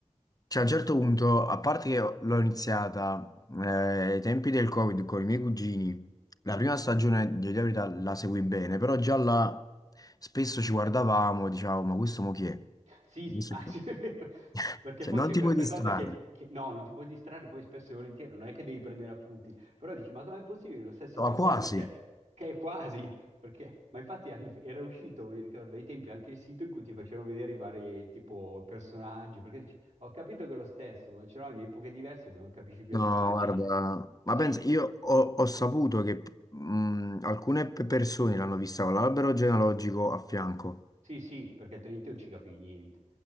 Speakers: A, on the left; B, on the right.
A: Cioè, a un certo punto, a parte che l'ho iniziata eh, ai tempi del Covid con i miei cugini, la prima stagione di Dire la verità la seguì bene, però già là spesso ci guardavamo e dicevamo, ma questo mo chi è?
B: Sì,
A: Questo
B: ah,
A: chi
B: sì,
A: è?"
B: <laughs> è vero.
A: <laughs>
B: Perché
A: Cioè,
B: poi
A: non
B: c'è
A: ti
B: questa
A: puoi distrarre,
B: cosa che, che- no, non ti puoi distrarre poi spesso e volentieri, non è che devi prendere appunti, però dici, ma com'è possibile che lo stesso
A: ma
B: personaggio
A: quasi.
B: c'è? Che è quasi, perché, ma infatti anni fa- era uscito, mi ricordo, ai tempi anche il sito in cui ti facevano vedere i vari tipo personaggi, perché dici, ho capito che è lo stesso, ma ce l'ho in epoche diverse, non capisci più
A: No,
B: le facce,
A: guarda,
B: no?
A: ma
B: Sì,
A: pensa, io ho, ho saputo che mh, alcune pe- persone l'hanno vista con l'albero genealogico a fianco
B: Sì, sì, perché Trinity non ci capivi niente.